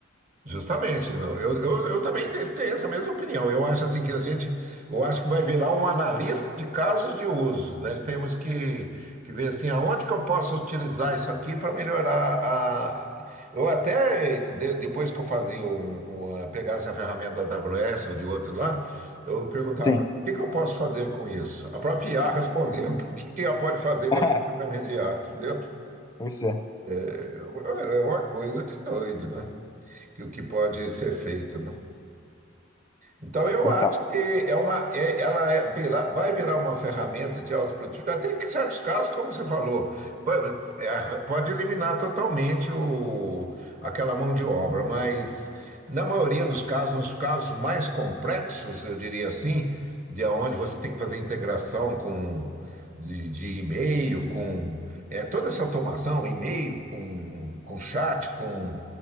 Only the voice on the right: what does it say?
Justamente, eu, eu, eu também te- tenho essa mesma opinião. Eu acho assim que a gente, eu acho que vai virar um analista de casos de uso. Nós temos que, que ver assim, aonde que eu posso utilizar isso aqui para melhorar a. Eu até de- depois que eu fazia um, uma- pegar essa ferramenta da AWS ou de outro lá, eu perguntava
para o que que eu posso fazer com isso? A própria IA respondendo, <laughs> o que que ela pode fazer
com aquela ferramenta de IA, entendeu?
É é uma coisa de doido, né? Que o que pode ser feito, né? Então, eu
acho que é uma, é- ela é, virar- vai virar uma ferramenta de autoprodutividade. Até em certos casos, como você falou, vai- é, pode eliminar totalmente o, aquela mão de obra, mas na maioria dos casos, nos casos mais complexos, eu diria assim, de onde você tem que fazer integração com de, de e-mail, com é, toda essa automação, e-mail, com, com chat, com,